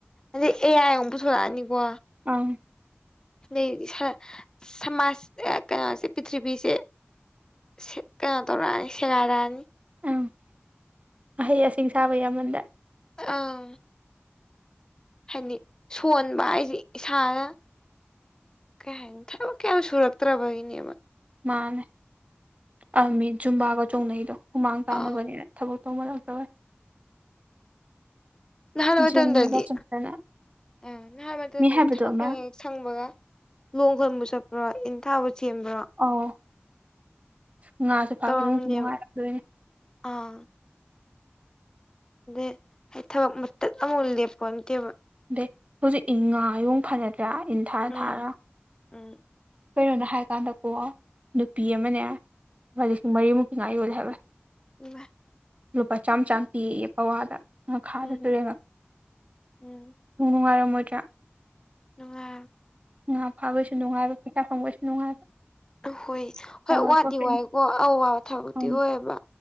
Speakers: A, on the left; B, on the right.
A: ꯑꯗꯨꯗꯤ ꯑꯦ ꯑꯃꯨꯛ ꯄꯨꯁꯜꯂꯛꯑꯅꯤꯀꯣ
B: ꯑꯪ
A: ꯑꯗꯩꯗꯤ ꯁ ꯁꯃꯥꯖ ꯑ ꯀꯩꯅꯣꯁꯦ ꯄ꯭ꯔꯤꯊꯤꯕꯤꯁꯦ ꯁꯤꯠ ꯀꯩꯅꯣ ꯇꯧꯔꯛꯑꯅꯤ ꯁꯦꯒꯥꯏꯔꯛꯑꯅꯤ
B: ꯎꯝ ꯑꯍꯩ ꯑꯁꯤꯡ ꯁꯥꯕ ꯌꯥꯝꯃꯟꯗ
A: ꯑꯪ ꯍꯥꯏꯗꯤ ꯁꯣꯟꯕ ꯍꯥꯏꯖꯤ ꯏꯁꯥꯅ ꯀꯩ ꯍꯥꯏꯅꯤ ꯊꯕꯛ ꯀꯩꯝ ꯁꯨꯔꯛꯇ꯭ꯔꯕꯒꯤꯅꯦꯕ꯫
B: ꯃꯥꯅꯦ ꯑꯥ ꯃꯤ ꯖꯨꯝꯕꯥꯒ ꯆꯣꯡꯅꯩꯗꯣ ꯍꯨꯃꯥꯡ ꯇꯥꯅꯕꯅꯤꯅ
A: ꯑꯥ
B: ꯊꯕꯛ ꯇꯧꯃꯜꯂꯛꯇꯕꯩ
A: ꯅꯍꯥꯟꯋꯥꯏ
B: ꯖꯤꯝꯒ
A: ꯇꯟꯗꯗꯤ
B: ꯆꯠꯇꯅ
A: ꯎꯝ ꯅꯍꯥꯟꯋꯥꯏ ꯇꯟꯗꯗꯤ
B: ꯃꯤ ꯍꯥꯏꯕꯗꯣ
A: ꯊꯕꯛ
B: ꯑꯃ
A: ꯇꯧꯌꯥꯏ ꯁꯪꯕꯒ ꯂꯣꯡꯈꯟꯕ ꯆꯠꯄ꯭ꯔꯣ ꯏꯟꯊꯥꯕꯨ ꯆꯦꯟꯕ꯭ꯔꯣ
B: ꯑꯧ ꯉꯥꯁꯦ ꯐꯥꯕ
A: ꯇꯧꯔꯝꯃꯤꯅꯦꯕ
B: ꯑꯗꯨꯝꯁꯨ ꯅꯨꯡꯉꯥꯏꯔꯛꯗꯣꯏꯅꯦ
A: ꯑꯥ ꯑꯗꯩ ꯍꯥꯏ ꯊꯕꯛ ꯃꯇꯠ ꯑꯝꯕꯧ ꯂꯦꯞꯄꯣꯟꯇꯦꯕ꯫
B: ꯑꯗꯩ ꯍꯧꯖꯤꯛ ꯉꯥꯌꯣꯡ ꯐꯥꯅꯗ꯭ꯔꯥ ꯏꯟꯊꯥꯔ
A: ꯎꯝ
B: ꯊꯥꯔꯒ
A: ꯎꯝ
B: ꯀꯩꯅꯣꯅꯣ ꯍꯥꯏꯀꯥꯟꯗꯀꯣ ꯅꯨꯄꯤ ꯑꯃꯅꯦ ꯂꯨꯄꯥ ꯂꯤꯁꯤꯡ ꯃꯔꯤꯃꯨꯛꯀꯤ ꯉꯥ ꯌꯣꯜꯂꯦ ꯍꯥꯏꯕ꯫
A: ꯏꯃꯥꯏ
B: ꯂꯨꯄꯥ ꯆꯥꯝ ꯆꯥꯝ ꯄꯤꯌꯦꯑꯦ ꯄꯋꯥꯗ ꯅꯈꯥꯗ
A: ꯎꯝ
B: ꯇꯨꯔꯦ
A: ꯎꯝ
B: ꯅꯨꯡꯉꯥꯏꯔꯝꯃꯣꯏꯗ꯭ꯔꯥ
A: ꯅꯨꯉꯥꯏ
B: ꯉꯥ ꯐꯥꯕꯩꯁꯨ ꯅꯨꯡꯉꯥꯏꯕ ꯄꯩꯁꯥ ꯐꯪꯕꯩꯁꯨ ꯅꯨꯡꯉꯥꯏꯕ
A: ꯑꯍꯣꯏ ꯍꯣꯏ
B: ꯗꯕꯜ
A: ꯋꯥꯗꯤ
B: ꯄ꯭ꯔꯣꯐꯤꯠ
A: ꯋꯥꯏꯀꯣ ꯑꯋꯥꯕ ꯊꯕꯛꯇꯤ
B: ꯎꯝ
A: ꯑꯣꯏꯌꯦꯕ